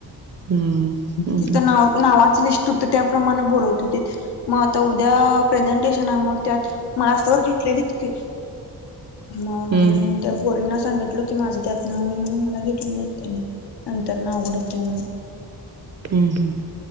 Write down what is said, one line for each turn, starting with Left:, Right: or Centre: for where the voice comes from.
Right: हम्म हम्म
Left: तिथं
Right: हम्म
Left: नाव नावाची लिस्ट होतं त्याप्रमाणे बोलवत होती मग आता उद्या प्रेझेंटेशन आहे मग त्यात मलास्तवर घेतलेलीत की मग
Right: हम्म
Left: मी उद्या पोरींना सांगितल की माझं त्यात नाव नाही म्हणून मला घेतलं नाही त्यांनी नंतर न अवघड होतंय म्हण
Right: हम हम